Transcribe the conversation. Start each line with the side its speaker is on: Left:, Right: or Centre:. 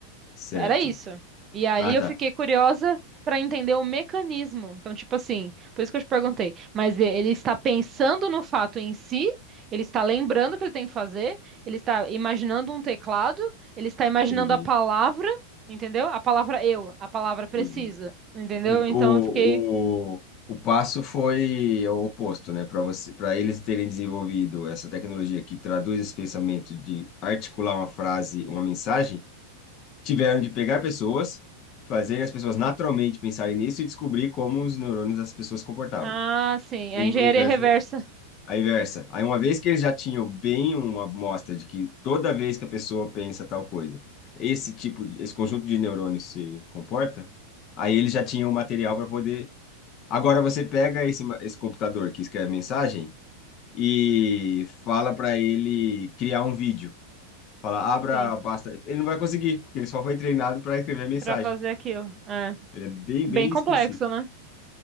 Left: Certo.
Right: Era isso. E aí
Left: Ah,
Right: eu
Left: tá.
Right: fiquei curiosa para entender o mecanismo. Então, tipo assim, por isso que eu te perguntei. Mas e- ele está pensando no fato em si, ele está lembrando o que ele tem que fazer, ele está imaginando um teclado, ele está imaginando
Left: Entendi.
Right: a palavra, entendeu? A palavra eu, a palavra preciso,
Left: Entendi.
Right: entendeu?
Left: É.
Right: Então
Left: O,
Right: eu fiquei,
Left: o, o passo foi o oposto, né? Para você, para eles terem desenvolvido essa tecnologia que traduz esse pensamento de articular uma frase, uma mensagem tiveram de pegar pessoas, fazer as pessoas naturalmente pensarem nisso e descobrir como os neurônios das pessoas se comportavam.
Right: ah, sim,
Left: O
Right: a engenharia
Left: o inverso,
Right: reversa,
Left: a inversa. Aí, uma vez que eles já tinham bem uma amostra de que toda vez que a pessoa pensa tal coisa, esse tipo, de- esse conjunto de neurônios se comporta, aí eles já tinham o material para poder. Agora você pega esse, ma- esse computador que escreve mensagem e fala para ele criar um vídeo. Fala, abra,
Right: sim,
Left: basta. Ele não vai conseguir, porque ele só foi treinado para escrever mensagem.
Right: para fazer aquilo. É
Left: Ele é bem,
Right: bem
Left: bem
Right: complexo,
Left: específico.
Right: né?